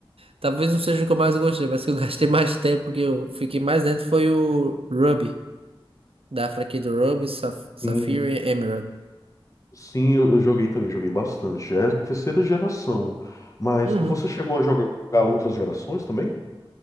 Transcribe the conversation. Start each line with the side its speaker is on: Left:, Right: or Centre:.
Right: talvez não seja o que eu mais gostei, mas que eu gastei mais tempo, que eu fiquei mais dentro, foi o Ruby, da franquia do Ruby, Saf- Sapphire
Left: Hum,
Right: e Emerald.
Left: Sim, eu, eu joguei também, joguei bastante. É terceira geração. Mas
Right: Uhum.
Left: você chegou a jogar outras gerações também?